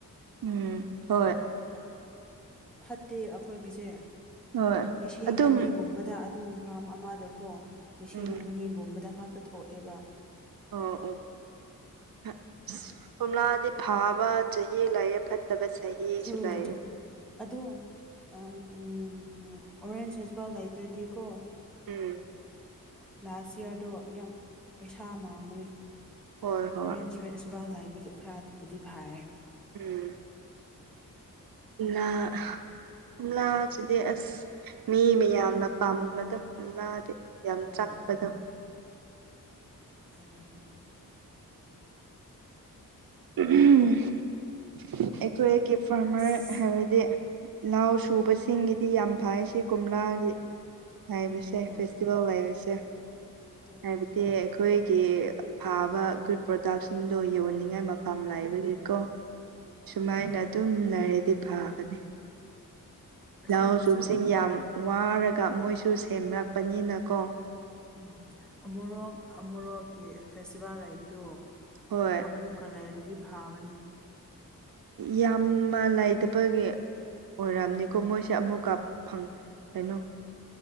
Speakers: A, on the right (about 75°); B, in the centre.
A: ꯎꯝ ꯍꯣꯏ
B: ꯐꯠꯇꯦ ꯑꯈꯣꯏꯒꯤꯁꯦ
A: ꯍꯣꯏ
B: ꯂꯤꯁꯤꯡ
A: ꯑꯗꯨꯝ
B: ꯑꯅꯤꯒꯨꯝꯕꯗ ꯑꯗꯨꯝ ꯐꯥꯔꯝ ꯑꯃꯗꯀꯣ ꯂꯤꯁꯤꯡ
A: ꯎꯝ
B: ꯑꯅꯤꯒꯨꯝꯕꯗ ꯈꯛꯇ ꯊꯣꯛꯑꯦꯕ
A: ꯑꯣ ꯑꯣ ꯀꯣꯝꯂꯥꯗꯤ ꯐꯥꯕ ꯆꯍꯤ ꯂꯩꯌꯦ ꯐꯠ ꯇꯕ ꯆꯍꯤꯁꯨ
B: ꯎꯝ
A: ꯂꯩꯌꯦ
B: ꯑꯗꯣ ꯑꯥ ꯎꯝ ꯑꯣꯔꯦꯟꯖ ꯍꯦꯁꯕꯥꯜ ꯂꯩꯇ꯭ꯔꯗꯤꯀꯣ
A: ꯎꯝ
B: ꯂꯥꯁ ꯏꯌꯥꯔꯗꯣ ꯌꯥꯝ ꯄꯩꯁꯥ ꯃꯥꯡꯒꯅꯤ
A: ꯍꯣꯏ ꯍꯣꯏ
B: ꯑꯣꯔꯦꯟꯖ ꯐꯦꯁꯕꯥꯥꯜ ꯂꯩꯕꯒꯤ ꯑ ꯈꯔꯕꯨꯗꯤ ꯐꯥꯏꯌꯦ
A: ꯎꯝ ꯀꯣꯝꯂꯥ ꯑꯍ ꯀꯣꯝꯂꯥꯁꯤꯗꯤ ꯑꯁ ꯃꯤ ꯃꯌꯥꯝꯅ ꯄꯥꯝꯕꯗꯣ ꯀꯣꯝꯂꯥꯗꯤ ꯌꯥꯝ
B: ꯍꯣꯏ
A: ꯆꯥꯛꯄꯗꯣ
B: ꯐꯖꯩꯅꯦ
A: ꯎꯝ ꯑꯩꯈꯣꯏꯒꯤ ꯐꯥꯔꯃꯔ
B: ꯑꯁ
A: ꯍꯥꯏꯕꯗꯤ ꯂꯥꯎ ꯁꯨꯕꯁꯤꯡꯒꯤꯗꯤ ꯌꯥꯝ ꯐꯥꯏ ꯁꯤ ꯀꯣꯝꯂꯥꯒꯤ ꯉꯥꯏꯕꯁꯦ
B: ꯍꯣꯏ
A: ꯐꯦꯁꯤꯚꯦꯜ ꯂꯩꯕꯁꯦ
B: ꯑꯗꯨꯅꯤ
A: ꯍꯥꯏꯕ ꯇꯤ ꯑꯈꯣꯏꯒꯤ ꯐꯥꯕ ꯒꯨꯗ ꯄ꯭ꯔꯣꯗꯛꯁꯤꯡꯗꯣ ꯌꯣꯟꯅꯤꯡꯉꯥꯏ ꯃ ꯐꯝ
B: ꯎꯝ
A: ꯂꯥꯏꯕꯒꯤꯀꯣ
B: ꯎꯝ
A: ꯁꯨꯃꯥꯏꯅ ꯑꯗꯨꯝ ꯂꯩꯔꯗꯤ ꯐꯒꯅꯤ
B: ꯑꯩꯈꯣꯏꯗꯁꯨ
A: ꯂꯧ ꯁꯨꯕꯁꯤꯡ ꯌꯥꯝ ꯋꯥꯔꯒ ꯃꯣꯏꯁꯨ ꯁꯦꯝꯔꯛꯄꯅꯤꯅꯀꯣ
B: ꯎꯝ ꯑꯃꯨꯔꯣꯛ ꯑꯃꯣꯔꯣꯛꯀꯤ ꯐꯦꯁꯇꯤꯚꯦꯜ ꯂꯩꯕꯗꯣ
A: ꯍꯣꯏ
B: ꯑꯃꯨꯛꯀ ꯂꯩꯔꯗꯤ ꯐꯥꯒꯅꯤ
A: ꯌꯥꯝꯃ ꯂꯩꯥꯇꯕꯒꯤ ꯑꯣꯏꯔꯝꯅꯤꯀꯣ ꯃꯣꯏꯁꯦ ꯑꯃꯨꯛ ꯐꯪ ꯀꯩꯅꯣ